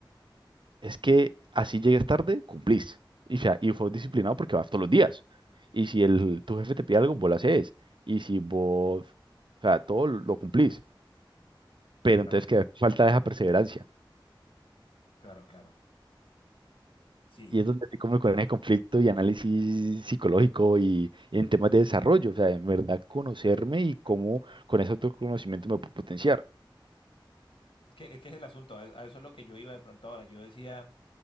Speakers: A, on the right; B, on the left.
A: es que así llegues tarde, cumplís. Y, o sea, y fue disciplinado porque vas todos los días. Y si el, tu jefe te pide algo, vos lo haces. Y si vos, o sea, todo lo cumplís. Pero
B: Claro,
A: entonces que falta esa perseverancia.
B: claro, claro. Sí,
A: Y es donde se come con el conflicto y análisis psicológico y, en temas de desarrollo. O sea, en verdad conocerme y cómo con ese autoconocimiento me puedo potenciar.
B: es que, es que es el asunto, a, a eso es lo que yo iba de pronto ahora. Yo decía